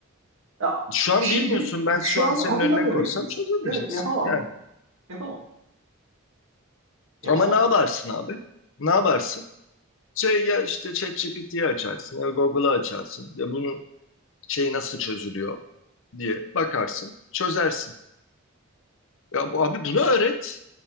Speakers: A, on the right (about 75°); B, on the left (about 65°).
A: Ya,
B: Şu an
A: şimdi
B: bilmiyorsun. Ben
A: şu
B: şu an
A: an
B: senin
A: hatırlamıyorum
B: önüne koysam
A: hiçbirisini.
B: çözemeyeceksin.
A: Evet yapamam
B: Yani.
A: yani. Yapamam. Yapamam
B: Ama ne yaparsın
A: yani.
B: abi? Ne yaparsın? Şey ya işte ChatGPT'yi açarsın ya Google'ı açarsın. Ya bunun şeyi nasıl çözülüyor diye bakarsın. Çözersin. Ya bu- abi bunu öğret.